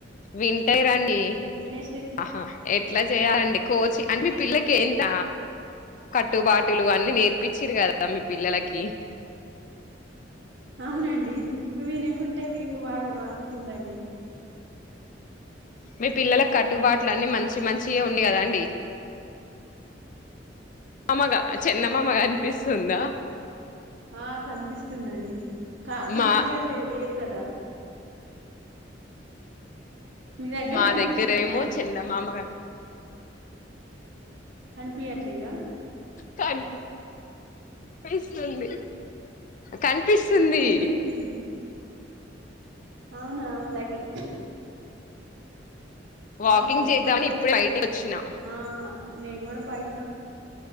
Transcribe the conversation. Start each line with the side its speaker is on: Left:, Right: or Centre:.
Left: వింటైరని
Right: వినే
Left: ఆహా ఎట్లా జే అండి కోచి అంటే మీ పిల్లకి ఏంత కట్టుబాటులు అన్నీ నేర్పించిరు కదా మీ పి ల్లలకి
Right: అవునండి వినకుంటే వీపు వాగా వత్తుందండి
Left: మీ పిల్లల కట్టుబాట్ల అన్నీ మంచి మంచియే ఉంది కదండి మామగా చందమామ కనిపిస్తుందా
Right: ఆ కనిపిస్తుందండి క కనిపియట్లేదు
Left: మా
Right: లేదు కదా మీ దగ్గర
Left: మా
Right: కనిపిస్తుందా
Left: దగ్గరేమో చందమామ
Right: కనిపియ్యట్లేదా
Left: కాన్ పిస్తుంది కనిపిస్తుంది
Right: కనిపిస్తుంది అవునా మా దగ్గర
Left: వాకింగ్
Right: అవును చుక్కలు
Left: చేద్దామని
Right: ఒకటే
Left: ఇప్పుడే బయటికి వచ్చినా
Right: ఆ నేను కూడా బయ